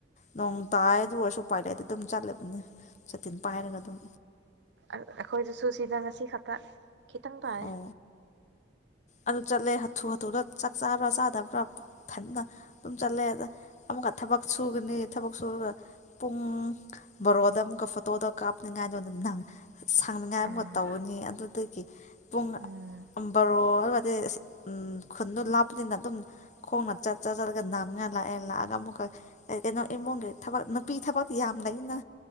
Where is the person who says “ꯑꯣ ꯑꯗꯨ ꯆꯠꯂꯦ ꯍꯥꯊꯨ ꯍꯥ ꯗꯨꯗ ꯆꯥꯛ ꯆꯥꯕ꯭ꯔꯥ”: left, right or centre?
Left